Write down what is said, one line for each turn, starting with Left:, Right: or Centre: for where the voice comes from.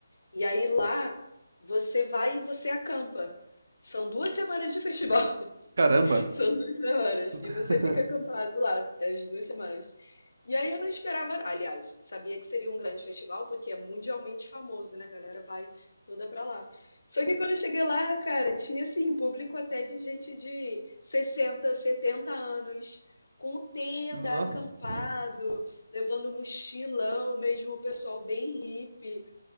Left: E aí lá você vai e você acampa. São duas semanas de festival.
Right: Caramba.
Left: São duas semanas. E
Right: <laughs>
Left: você fica acampado lá é, as duas semanas. E aí eu não esperava. Aliás, sabia que seria um grande festival, porque é mundialmente famoso, né? A galera vai toda pra lá. Só que quando eu cheguei lá, cara, tinha assim, público até de gente de 60, 70 anos, com tenda,
Right: Nossa.
Left: acampado, levando mochilão, mesmo o pessoal bem hippie.